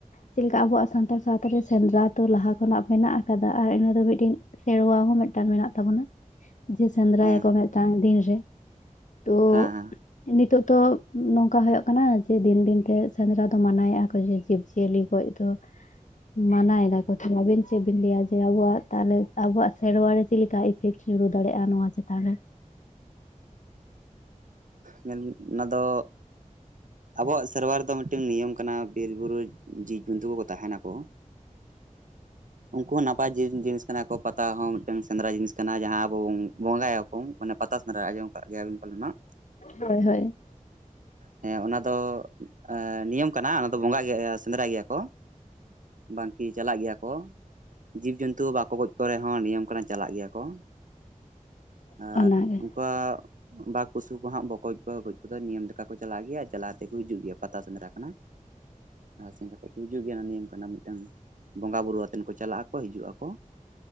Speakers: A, on the left (about 65°); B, on the right (about 70°).
A: ᱪᱮᱫ ᱞᱮᱠᱟ ᱟᱵᱚᱣᱟᱜ ᱥᱟᱱᱛᱟᱲ ᱥᱟᱶᱛᱟᱨ ᱨᱮ ᱥᱮᱸᱫᱽᱨᱟ ᱛᱚ ᱞᱟᱦᱟ ᱠᱷᱚᱱᱟᱜ ᱢᱮᱱᱟᱜ ᱟᱠᱟᱫᱟ ᱟᱨ ᱤᱱᱟᱹ ᱫᱚ ᱢᱤᱫᱴᱤᱱ, ᱥᱮᱨᱣᱟ ᱦᱚᱸ ᱢᱮᱫ ᱥᱮᱸᱫᱽᱨᱟ ᱢᱮᱱᱟᱜ ᱛᱟᱵᱚᱱᱟ ᱡᱮ ᱥᱮᱸᱫᱽᱨᱟ
B: ᱦᱮᱸ
A: ᱭᱟᱠᱚ ᱢᱤᱫᱴᱟᱝ ᱫᱤᱱ ᱨᱮ ᱛᱚ
B: ᱦᱮᱸ ᱦᱮᱸ
A: ᱱᱤᱛᱳᱜ ᱛᱚ ᱱᱚᱝᱠᱟ ᱦᱳᱭᱳᱜ ᱠᱟᱱᱟ ᱡᱮ ᱫᱤᱱ ᱫᱤᱱ ᱛᱮ ᱥᱮᱸᱫᱽᱨᱟ ᱫᱚ ᱢᱟᱱᱟᱭᱮᱫᱼᱟ ᱠᱚ ᱡᱮ ᱡᱤᱵᱽ ᱡᱤᱭᱟᱹᱞᱤ ᱜᱚᱡ ᱫᱚ ᱢᱟᱱᱟᱭ ᱫᱟᱠᱚ ᱛᱚ ᱟᱵᱤᱱ ᱪᱮᱫ ᱵᱤᱱ ᱞᱟᱹᱭᱟ ᱡᱮ ᱟᱵᱚᱣᱟᱜ ᱛᱟᱞᱦᱮ ᱟᱵᱚᱣᱟᱜ ᱥᱮᱨᱣᱟ ᱨᱮ ᱪᱮᱫ ᱞᱮᱠᱟ ᱤᱯᱷᱮᱠᱴ ᱧᱩᱨᱩ ᱫᱟᱲᱮᱭᱟᱜ-ᱟ ᱱᱚᱣᱟ ᱪᱮᱛᱟᱱ ᱨᱮ?
B: ᱢᱮᱱ ᱚᱱᱟ ᱫᱚ ᱟᱵᱚᱣᱟᱜ ᱥᱮᱨᱣᱟ ᱨᱮᱫᱚ ᱢᱤᱫᱴᱮᱱ ᱱᱤᱭᱚᱢ ᱠᱟᱱᱟ ᱵᱤᱨ ᱵᱩᱨᱩ, ᱡᱤᱵᱽᱡᱚᱱᱛᱩ ᱠᱚᱠᱚ ᱛᱟᱦᱮᱱᱟᱠᱚ᱾ ᱩᱱᱠᱩ ᱦᱚᱸ ᱱᱟᱯᱟᱭ ᱡᱤᱥ ᱡᱤᱱᱤᱥ ᱠᱟᱱᱟ ᱠᱚ, ᱯᱟᱛᱟ ᱦᱚᱸ ᱢᱤᱫᱴᱟᱝ ᱥᱮᱸᱫᱽᱨᱟ ᱡᱤᱱᱤᱥ ᱠᱟᱱᱟ ᱡᱟᱦᱟᱸ ᱟᱵᱚ ᱵᱚᱱ ᱵᱚᱸᱜᱟᱭᱟ ᱟᱵ ᱚᱝ ᱢᱟᱱᱮ ᱯᱟᱛᱟ ᱥᱮᱱᱫᱚᱧᱟ ᱟᱸᱢᱚᱢ ᱠᱟᱜ ᱜᱮᱭᱟ ᱵᱮᱱ ᱯᱟᱞᱮᱱ ᱦᱟᱸᱜ᱾
A: ᱦᱳᱭ ᱦᱳᱭ᱾
B: ᱦᱮᱸ ᱚᱱᱟ ᱫᱚ ᱮ ᱱᱤᱭᱚᱢ ᱠᱟᱱᱟ, ᱚᱱᱟ ᱫᱚ ᱵᱚᱸᱜᱟ ᱜᱮᱭᱟ, ᱥᱮᱸᱫᱽᱨᱟᱭ ᱜᱮᱭᱟ ᱠᱚ᱾ ᱵᱟᱝᱠᱤ ᱪᱟᱞᱟᱜ ᱜᱮᱭᱟ ᱠᱚ, ᱡᱤᱵᱽᱡᱚᱱᱛᱩ ᱠᱚ ᱵᱟᱠᱚ ᱜᱚᱡ ᱠᱚ ᱨᱮᱦᱚᱸ ᱱᱤᱭᱚᱢ ᱠᱟᱱᱟ ᱪᱟᱞᱟᱜ ᱜᱮᱭᱟ ᱠᱚ᱾
A: ᱚᱱᱟᱜᱮ
B: ᱟᱨ ᱚᱝᱠᱟ ᱵᱟᱠ ᱯᱩᱥᱩ ᱠᱚ ᱦᱟᱸᱜ <unintelligible> ᱠᱚᱣᱟ ᱜᱚᱡ ᱠᱚᱫᱚ <unintelligible> ᱚᱠᱟ ᱠᱚ ᱪᱟᱞᱟᱜ ᱜᱮᱭᱟ, ᱪᱟᱞᱟᱣ ᱠᱟᱛᱮ ᱠᱚ ᱦᱤᱡᱩᱜ ᱜᱮᱭᱟ ᱯᱟᱛᱟ ᱥᱮᱸᱫᱽᱨᱟ ᱠᱟᱱᱟ᱾ ᱟᱨ ᱥᱮᱱ ᱠᱟᱛᱮᱫ ᱠᱚ <unintelligible> ᱜᱮᱭᱟ ᱱᱤᱭᱟᱹᱢ ᱠᱟᱱᱟ ᱢᱤᱫᱴᱟᱝ, ᱵᱚᱸᱜᱟ ᱵᱳᱩᱨᱩ ᱟᱛᱮᱫ ᱠᱚ ᱪᱟᱞᱟᱜ ᱟᱠᱚ, ᱦᱤᱡᱩᱜ ᱟᱠᱚ᱾